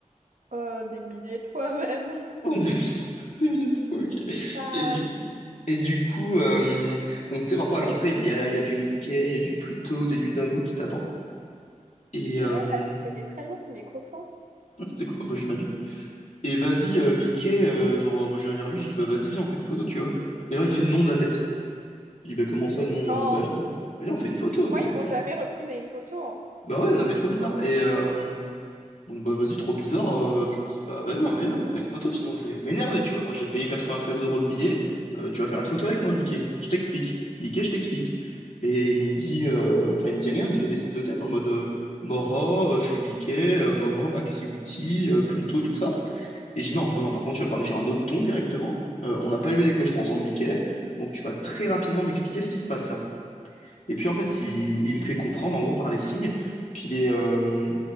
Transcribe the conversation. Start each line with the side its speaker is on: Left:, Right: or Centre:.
Right: Euh, des milliers de fois même.
Left: <laughs> C'est bien trop, ok.
Right: <laughs> Bah
Left: Et du
Right: oui.
Left: coup, et du coup euh, donc, tu sais, parfois à l'entrée, bah, il y a, il y a du Mickey, il y a du Pluto, il y a du Dingo qui t'attend. Et
Right: Ouais,
Left: euh,
Right: bah je les connais très bien, c'est mes copains.
Left: ouais, c'était cool, bah, j'imagine. Et vas-y, euh, Mickey, euh, genre, moi, je viens vers lui, je dis, bah vas-y, viens, on fait une photo, tu vois. Et là, il me fait non de la tête. Je dis, bah comment ça, non?
Right: Non.
Left: euh, bah viens, viens, on fait une photo.
Right: Moi,
Left: t'es-
Right: ils m'ont
Left: t'es-
Right: jamais refusé une photo. hein.
Left: Bah ouais, non, mais trop bizarre. Et, euh, Donc bah vas-y, trop bizarre. euh, je lui dis, bah vas-y, non, mais viens, on fait une photo, sinon je vais m'énerver, tu vois. Moi j'ai payé 93 euros le billet, euh, tu vas faire une photo avec moi, Mickey. Je t'explique. Mickey, je t'explique. Et il me dit, euh, enfin il me dit rien, il fait des signes de tête en mode euh, Moro, euh, je suis Mickey, euh, Moro, Maxi Outi, euh, Pluto, tout ça. Et je dis non, non, non, par contre tu vas me parler sur un autre ton directement. Euh, on n'a pas élevé les cochons ensemble, Mickey, donc tu vas très rapidement m'expliquer ce qui se passe là. Et puis en fait, il, il me fait comprendre en gros par les signes qu'il est, euh,